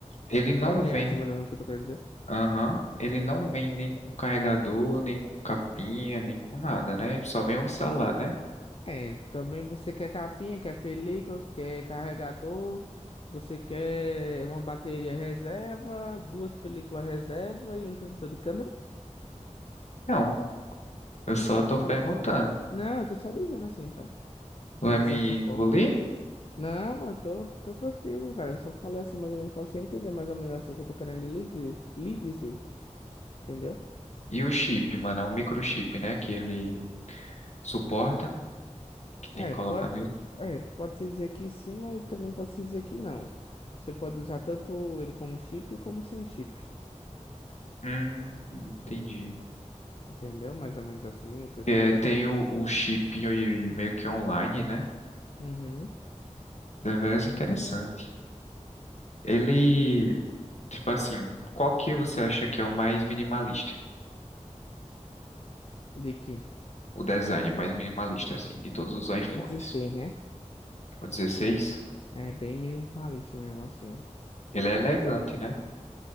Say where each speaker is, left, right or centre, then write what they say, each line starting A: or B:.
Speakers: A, on the left; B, on the left.
A: Ele não
B: Tá entendendo
A: vem,
B: assim mais ou menos o que eu tô querendo dizer?
A: aham, ele não vem nem com carregador, nem com capinha, nem com nada, né? Só vem o celular, né?
B: É, também você quer capinha, quer película, quer carregador, você quer uma bateria reserva, duas películas reserva e um protetor de câmera?
A: Não, eu
B: Então
A: só tô
B: pronto.
A: perguntando.
B: Não, eu tô só dizendo assim, sabe?
A: Vai
B: De certa
A: me
B: forma.
A: engolir?
B: Não, mano, tô, tô tranquilo, cara. Eu só falei assim mais ou menos pra você entender mais ou menos assim o que eu tô querendo lhe dizer, lhe dizer, entendeu?
A: E o chip, mano, é um microchip, né? Que ele suporta, que tem
B: É,
A: que colocar
B: pode,
A: nele.
B: é, pode se dizer que sim, mas também pode se dizer que não. Você pode usar tanto ele como um chip como sem o chip.
A: Hum, entendi.
B: Entendeu? Mais ou menos assim o que eu
A: que
B: tô
A: é,
B: querendo.
A: tem o, o chip e- e meio que online, né?
B: Uhum.
A: Deveras interessante. Ele, tipo assim, qual que você acha que é o mais minimalista?
B: De que?
A: O design mais minimalista, assim, de todos os iPhones.
B: O dezesseis né?
A: O 16,
B: É bem minimalista mesmo assim.
A: ele é elegante, né?